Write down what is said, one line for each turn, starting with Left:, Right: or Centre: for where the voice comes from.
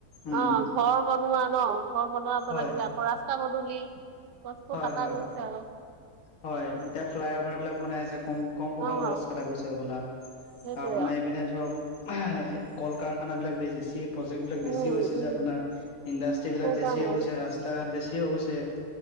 Left: উম
Right: অ, ঘৰ বনোৱা ন ঘৰ বনোৱাব
Left: হয়
Right: লাগিলে। ৰাস্তা পদূলি গছবোৰ
Left: হয়
Right: কটা
Left: হয়
Right: গৈছে আৰু
Left: হয়, এতিয়া। ফ্লাইঅ'ভাৰবিলাক বনাই আছে। কম, কম সোপা
Right: অ',
Left: গছ কটা গৈছে বোলা
Right: সেইটোৱে
Left: আপোনাৰ
Right: আৰু
Left: এইপিনে ধৰক। কল, কাৰখানাবিলাক বেছিছি। প্ৰজেক্টবিলাক
Right: উম,
Left: বেছি গৈ হৈছে
Right: উম,
Left: যে আপোনাৰ ইণ্ডাষ্ট্ৰ্ৰী বিলাক
Right: সেইকাৰণে
Left: বেছি হৈ গৈছে ৰাস্তা ঘাট বেছি হৈ গৈছে।